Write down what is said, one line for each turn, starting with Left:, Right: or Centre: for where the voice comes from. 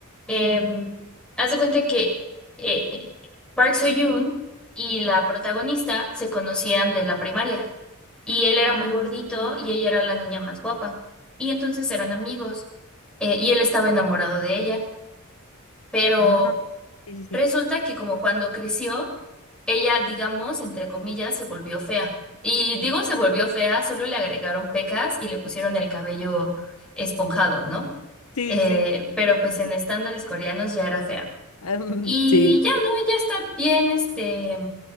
Centre: Em, haz de cuenta que eh, eh, Park So-yoon y la protagonista se conocían de la primaria. Y él era muy gordito y ella era la niña más guapa. Y entonces eran amigos. eh, y él estaba enamorado de ella. Pero
Left: Ah, sí, sí,
Centre: Resulta
Left: sí.
Centre: que como cuando creció, ella, digamos, entre comillas, se volvió fea. Y digo se volvió fea, solo le agregaron pecas y le pusieron el cabello esponjado, ¿no?
Left: Sí,
Centre: Eh,
Left: sí,
Centre: pero
Left: <laughs>
Centre: pues en
Left: sí.
Centre: estándares coreanos ya era fea.
Left: Ah, mm,
Centre: Y
Left: sí.
Centre: ya, ¿no? Ella está bien, este,